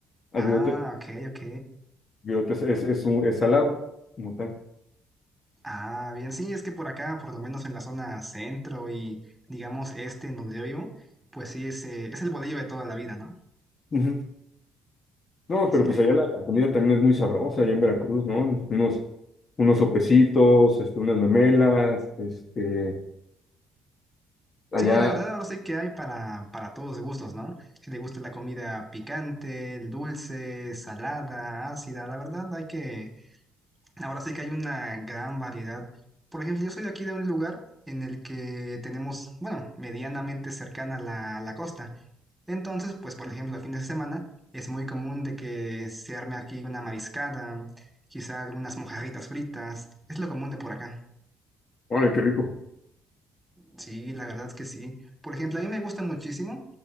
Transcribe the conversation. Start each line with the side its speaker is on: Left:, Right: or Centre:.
Left: Al
Centre: Ah,
Left: bigote,
Centre: ok, ok.
Left: bigote es, es, es un, es salado, como tal.
Centre: Ah, bien, sí, es que por acá, por lo menos en la zona centro y digamos este en donde yo vivo, pues sí, es, eh, es el bolillo de toda la vida, ¿no?
Left: Ujú. No,
Centre: Sí,
Left: pero pues
Centre: hay-
Left: allá la, la comida también es muy sabrosa, allá en Veracruz, ¿no? Unos, unos sopecitos, este, unas memelas, este, allá.
Centre: sí, la verdad ahora sí que hay para, para todos gustos, ¿no? Si te gusta la comida picante, dulce, salada, ácida, la verdad hay que, ahora sí que hay una gran variedad. Por ejemplo, yo soy de aquí de un lugar en el que tenemos, bueno, medianamente cercana la, la costa. Entonces, pues por ejemplo, a fines de semana es muy común de que se arme aquí una mariscada, quizá algunas mojarritas fritas, es lo común de por acá.
Left: Órale, qué rico.
Centre: Sí, la verdad es que sí. Por ejemplo, a mí me gusta muchísimo,